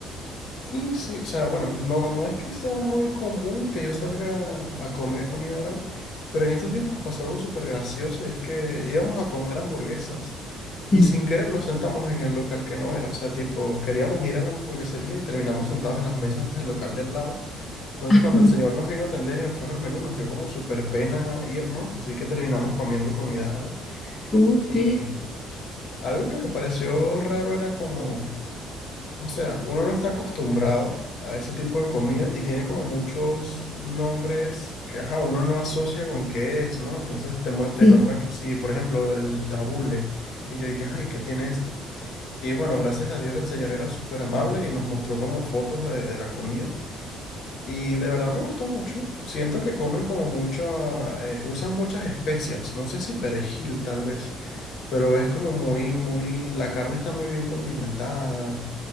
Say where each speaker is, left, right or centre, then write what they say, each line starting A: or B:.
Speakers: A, on the left; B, on the left.
A: Sí, sí, o sea, bueno, no, no es que sea muy común que yo salga a comer comida árabe, pero en estos días nos pasó algo súper gracioso y es que íbamos a comer hamburguesas y
B: Sí.
A: sin querer nos sentamos en el local que no era, o sea, tipo, queríamos ir a la hamburguesería y terminamos sentados en las mesas del local del lado. Entonces,
B: Ah,
A: cuando
B: no.
A: el señor nos vino a atender y nos trajo el menú, nos dio como súper pena irnos, así que terminamos comiendo comida árabe.
B: Ok.
A: Y algo que me pareció raro era como... O sea, uno no está acostumbrado a ese tipo de comida y tiene como muchos nombres que ajá, uno no asocia con qué es, ¿no? Entonces te, mu- te
B: Sí.
A: nombran que sí, por ejemplo, el tabule. Y yo dije, ay, ¿qué tiene esto? Y bueno, gracias a Dios el señor era súper amable y nos mostró como fotos de, de la comida. Y de verdad me gustó mucho. Siento que comen como mucho, eh, usan muchas especias. No sé si perejil, tal vez pero es como muy, muy, la carne está muy bien condimentada